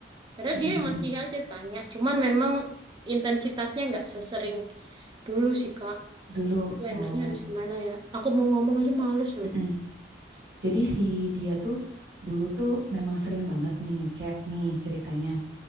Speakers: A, on the right; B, on the right.
A: Padahal
B: mm
A: dia masih aja tanya. Cuman memang intensitasnya nggak sesering dulu sih, Kak.
B: Dulu
A: aku
B: oh,
A: enaknya harus gimana ya? Aku mau ngomong aja males loh.
B: mm Jadi si dia tuh dulu tuh memang sering banget nih ngechat nih ceritanya.